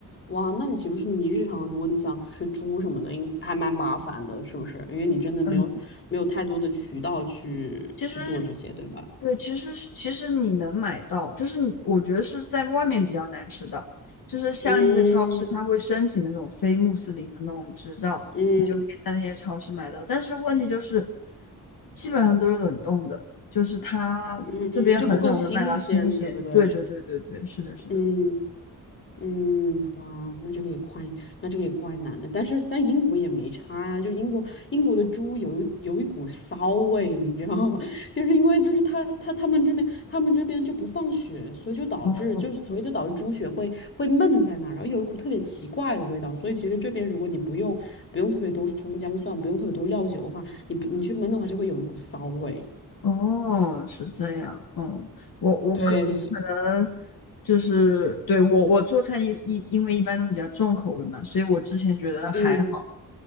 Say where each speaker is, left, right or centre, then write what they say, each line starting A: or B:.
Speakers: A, on the left (about 35°); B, on the left (about 70°).
A: 哇，那你岂不是你日常？如果你想吃猪什么的，应还蛮麻烦的，是不是？因为你真的没有没有太多的渠道去去做这些，
B: 嗯其实，
A: 对吧？
B: 对，其实其实你能买到，就是你我觉得是在外面比较难吃到，就是像一些超市，
A: 嗯
B: 它会申请那种非穆斯林的那种执照，
A: 嗯
B: 你就可以在那些超市买到。但是问题就是，基本上都是冷冻的，就是它这边很少能买到新鲜。
A: 嗯嗯，就不够新鲜，对不对？
B: 对对对对对，是的，是的。
A: 嗯嗯，哇，那这个也怪，那这个也怪难的。但是，但英国也没差呀、就英国英国的猪有一有一股骚味，你知道吗？<laughs> 就是因为就是他他他们这边他们这边就不放血，所以就导致就所以就导致猪血会会闷在那儿，
B: 哦，
A: 然后有一股特别奇怪的味道。所以其实这边如果你不用不用特别多葱姜蒜，不用特别多料酒的话，你不你去焖的话就会有一股骚味。
B: 哦，是这样，嗯，我我可可能
A: 对，是
B: 就是对我我做菜一一因为一般都比较重口味嘛，所以我之前觉得还好，
A: 嗯